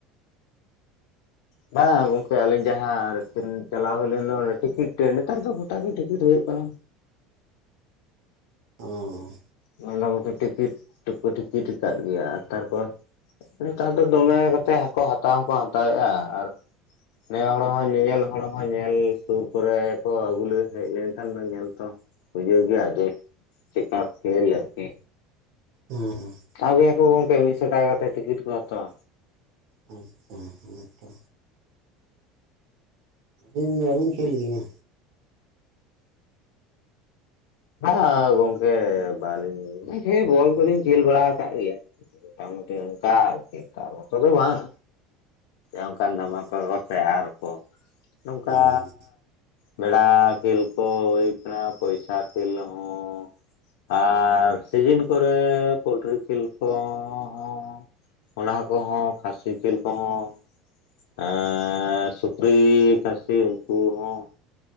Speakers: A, on the left; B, on the right.
A: ᱟᱨ <inaudible> ᱵᱟᱝ ᱜᱚᱝᱠᱮ ᱟᱞᱤᱧ ᱡᱟᱦᱟᱸ ᱪᱟᱞᱟᱣ ᱦᱩᱭ ᱞᱮᱱ ᱫᱚᱰᱮ ᱴᱤᱠᱤᱴ ᱱᱮᱛᱟᱨ ᱫᱚ ᱜᱚᱴᱟ ᱜᱮ ᱴᱤᱠᱤᱴ ᱦᱩᱭᱩᱜ ᱠᱟᱱᱟ
B: ᱚ
A: ᱢᱚᱴᱟᱢᱩᱴᱤ ᱴᱤᱠᱤᱴ ᱫᱚ ᱠᱚ ᱴᱤᱠᱤᱴ ᱟᱠᱟᱫ ᱜᱮᱭᱟ ᱛᱟᱨᱯᱚᱨ ᱱᱮᱛᱟᱨ ᱫᱚ ᱫᱚᱢᱮ ᱠᱟᱛᱮ ᱟᱠᱚ ᱦᱟᱛᱟᱣ ᱦᱚᱸᱠᱚ ᱦᱟᱛᱟᱣᱮᱫᱼᱟ ᱟᱨ ᱱᱮ ᱦᱚᱲ ᱦᱚᱸ ᱧᱮᱧᱮᱞ ᱦᱚᱲ ᱦᱚᱸ ᱧᱮᱞ ᱥᱩᱨ ᱠᱚᱨᱮ ᱠᱚ ᱟᱹᱜᱩ ᱦᱮᱡ ᱞᱮᱱᱠᱷᱟᱱ ᱫᱚ ᱧᱮᱞ ᱛᱚ ᱵᱩᱡᱷᱟᱹᱣ ᱜᱮᱭᱟ ᱡᱮ ᱪᱮᱫᱠᱟ ᱠᱷᱮᱞ ᱟᱨᱠᱤ
B: ᱩ <inaudible>
A: ᱦᱟᱛᱟᱣ ᱠᱚ ᱜᱚᱢᱠᱮ ᱢᱤᱫᱥᱚ ᱴᱟᱠᱟ ᱠᱟᱛᱮ ᱴᱤᱠᱤᱴ ᱠᱚ ᱦᱟᱛᱟᱣᱟ
B: ᱟᱪᱪᱷᱟ ᱦᱮᱸ ᱛᱚ ᱟᱹᱞᱤᱧ ᱫᱚ ᱵᱟᱹᱵᱤᱱ ᱠᱷᱮᱞ ᱜᱮᱭᱟ
A: ᱵᱟᱝ ᱟ ᱜᱚᱝᱠᱮ ᱵᱟᱞᱤᱧ ᱦᱮᱸ ᱵᱚᱞ ᱫᱚᱞᱤᱧ ᱠᱷᱮᱞ ᱵᱟᱲᱟ ᱠᱟᱫ ᱜᱮᱭᱟ ᱢᱳᱴᱟᱢᱩᱴᱤ ᱚᱱᱠᱟ ᱟᱨᱠᱤ ᱛᱟᱨ ᱢᱚᱛᱚ ᱫᱚ ᱵᱟᱝ ᱚᱱᱠᱟᱱ ᱫᱟᱢᱟ
B: ᱚ
A: ᱠᱚ ᱵᱮᱵᱚᱥᱛᱟᱭᱟ ᱟᱨᱠᱚ ᱱᱚᱝᱠᱟ
B: ᱦᱮᱸ
A: ᱵᱮᱲᱟ ᱠᱷᱮᱞ ᱠᱚ ᱦᱩᱭ ᱠᱟᱱᱟ ᱯᱚᱭᱥᱟ ᱠᱷᱮᱞ ᱦᱚᱸ ᱟᱨ ᱥᱤᱡᱤᱱ ᱠᱚᱨᱮ ᱯᱳᱚᱞᱴᱨᱤ ᱠᱷᱮᱞ ᱠᱚᱦᱚᱸ ᱚᱱᱟ ᱠᱚᱦᱚᱸ ᱠᱷᱟᱹᱥᱤ ᱡᱮᱞ ᱠᱚᱦᱚᱸ ᱟᱨ ᱥᱩᱠᱨᱤ ᱠᱟᱥᱤ ᱩᱱᱠᱩ ᱦᱚᱸ